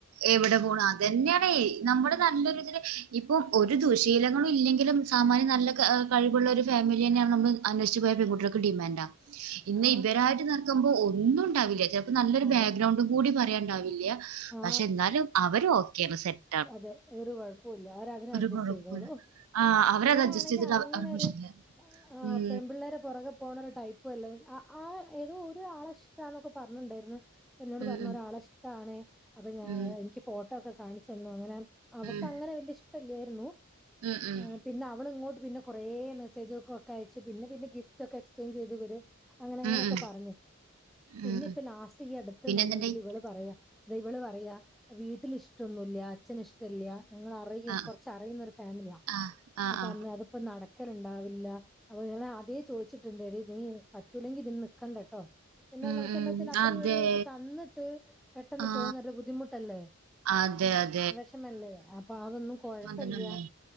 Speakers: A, on the right; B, in the centre.
A: എവിടെ പോണു അതന്ന്യാണെ നമ്മുടെ
B: ആ
A: നല്ലൊര്തിന് ഇപ്പോം ഒരു ദുശീലങ്ങളില്ലെങ്കിലും സാമാന്യം നല്ല ക കഴിവുള്ളൊരുഫാമില്യെന്നാണ് നമുക്ക് അന്യേഷിച്ച് പോയ പെൺകുട്ട്യാൾക്ക് ഡിമാന്റാ ഇന്ന്
B: ആ
A: ഇവരായിട്ട് നിക്കുമ്പോ ഒന്നുണ്ടാവില്ല ചെലപ്പോ നല്ലൊരു
B: അതെ
A: ബാക്ക്ഗ്രൗണ്ടും കൂടി പറയാൻണ്ടാവില്ല ല്ല്യാ
B: ആ
A: പക്ഷെ ന്നാലും അവരോക്കെയാണ് സെറ്റാ
B: അതെ ഒരു കുഴപ്പൂല്ല അവരതിന് അഡ്ജസ്റ്റ്
A: കുഴപ്പൂല്ല
B: ചെയ്തോളു
A: ആഹ് അവരത്
B: ഇവനാണെങ്കെ
A: അഡ്ജസ്റ്റ് ചെയ്തിട്ട്
B: അങ്ങനൊരു
A: അവ അവർക്ക് പ്രശ്നല്ല
B: ആഹ്
A: ഉം
B: പെമ്പിള്ളേരെ പൊറകെ പോണൊരു ടൈപ പ്പു അല്ല ആ ഏതോ ഒരുആളെ ഇഷ്ടാന്നൊക്കെ പറഞ്ഞ്ണ്ടാർന്ന് അപ്പന്നോട്
A: ഉം
B: പറഞ്ഞ്
A: ഉം
B: ഒരാളെഷ്ട ടാണേ അപ്പ ഞാ
A: ഉം
B: എനിക്ക് ഫോട്ടോക്കെ കാണിച്ചന്നു അങ്ങനെ അവക്ക്
A: ഉം
B: അങ്ങനെവല്ല്യഇഷ്ടല്ലേർന്നു.
A: ഉം ഉം
B: ആഹ് പിന്നെ അവള് ഇങ്ങോട്ട് പിന്നെ കൊറേ മെസ്സേജൊക്കൊക്കയച്ച് പിന്നെ പിന്നെ ഗിഫ്റ്റൊക്കെ എക്സ്ചേഞ്ച് ചെയ്ത് ഇവര് അങ്ങനെങ്ങനൊക്കെ
A: ഉം ഉം
B: പറഞ്ഞു പിന്നെപ്പലാസ്റ്റ്
A: ഉം ഉം
B: ഈ അടുത്ത
A: പിന്നെ
B: മൊമെന്റില്
A: എന്തുണ്ട് ഏ
B: അവള് പറയാ ദെവള് പറയാ വീട്ടിലിഷ്ടൊന്നുല്ല അച്ഛന് ഇഷ് ഷ്ട്ടല്ലാ ഞങ്ങളറിയും
A: ആ
B: കൊറച്ചറിയുന്നൊരു ഫാമിലിയാ
A: ആ ആ
B: അപ്പഞ്ഞ
A: ആ
B: അത് അപ്പനടക്കല്ണ്ടാവില്ല അപ്പൊ ഞാങ്ങളാദ്യെ ചോയ്ച്ചിട്ട്ണ്ട് എടി നീ പറ്റൂലങ്കി ഇതിന് നിക്കണ്ടാട്ടോ പിന്നെ
A: ഉം
B: നമുക്ക്
A: ഉം
B: എന്താ വെച്ചാല് അത്രയും
A: അതെ
B: ഒരിത് തന്നിട്ട് പെട്ടെന്ന്
A: ആ
B: പോവ് ന്നൊരുബുദ്ധിമുട്ടല്ലേ
A: അതെ യത്
B: വെഷമല്ലേ അപ്പതൊന്നും കൊഴപ്പല്ല്യാ
A: തന്നെല്ലേ